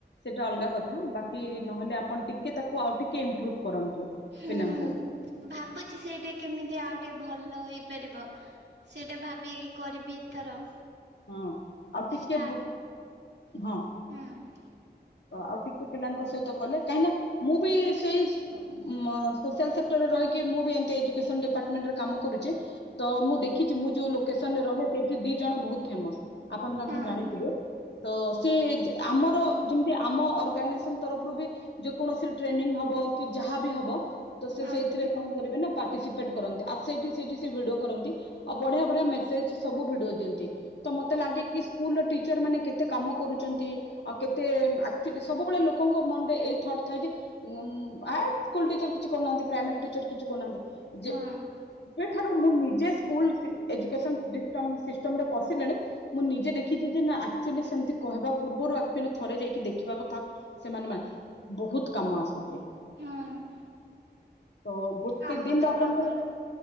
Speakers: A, on the left; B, on the right.
A: ସେଟା ଅଲଗା କଥା ବାକି ନହେଲେ ଆପଣ ଟିକେ ତାକୁ ଆଉ ଟିକେ ଇମ୍ପ୍ରୁଭ। କରାନ୍ତୁ।
B: ହୁଁ
A: ପିଲାଙ୍କୁ
B: ଭାବୁଛି ସେଇଟା କେମିତି ଆଉ ଟିକେ ଭଲ ହେଇ ପାରିବ ସେ। ସେଇଟା ଭାବିକି କରିବି ଏଥର।
A: ହଁ ଆଉ ଟିକେ
B: ଷ୍ଟାର୍ଟ
A: ହଁ।
B: ହୁଁ।
A: ଆଉ ଟିକେ ପିଲାଙ୍କ ସହିତ କଲେ କାହିଁକିନା ମୁଁ ବି ସେଇ ସୋସିଆଲ ସେକ୍ଟରରେ ରହିକି ମୁଁ ବି ଏମିତି ଏଜୁକସନ ଡିପାର୍ଟମେଣ୍ଟରେ କାମ କରୁଛି ତ ମୁଁ ଦେଖିଛି ମୁଁ ଯୋଉ ଲୋକେସନ ରେ ରହେ ସେଇଠି ଦି ଜଣ ବହୁତ। ଫେମସ୍ ଆପଣ ତାଙ୍କୁ
B: ହଁ
A: ଜାଣିଥିବେ।
B: ହଁ
A: ତ ସେ। ଆମର। ଆମ ଅର୍ଗନେଶନ ତରଫରୁ ବି ଯେ କୌଣସି ଟ୍ରେନିଂ ହବ କି ଯାହା ବି ହବ ତ ସେ
B: ହଁ
A: ସେଇଥିରେ କଣ କରିବେ ନା ପଟିସିପେଟ କରନ୍ତି। ସେଠି ସେ ଭିଡିଓ କରନ୍ତି। ଆଉ ବଢିଆ ବଢିଆ ମେସେଜ ସବୁ ଭିଡିଓ ଦିଅନ୍ତି ।ତ ମତେ ଲାଗେ କି ସ୍କୁଲ ଟିଚର ମାନେ କେତେ କାମ କରୁଛନ୍ତି । କେତେ ଆଚୁଲି ସବୁବେଳେ ଲୋକଙ୍କ ମନରେ ଏଇ ଥଟ୍ ଥାଏ ଯେ ଆ ସ୍କୁଲ ଟିଚର କିଛି କରୁନାହାନ୍ତି ପ୍ରାଇମୋରୀ ଟିଚର କିଛି କରୁନାହାନ୍ତି।
B: ହଁ
A: ଯେ ବେ ଠା ମୁଁ ନିଜେ ସ୍କୁଲ ଏଯୁକେଶନ ଡିଟ ସିଷ୍ଟମ ରେ ପଶିଲେଣି ମୁଁ ନିଜେ ଦେଖିଛି ଯେ ନା ଆଚୁଲି ସେମିତି କହିବା ପୂର୍ବରୁ। ଥରେ ଯାଇକି ଦେଖିବା କଥା ସେମାନେ ବହୁତ କାମ ଆସୁଛେ।
B: ହଁ
A: ତ ଗୋଟେ
B: କାମ
A: ଦିନ
B: ତ
A: ଆପଣଙ୍କର
B: ପ୍ରବଳ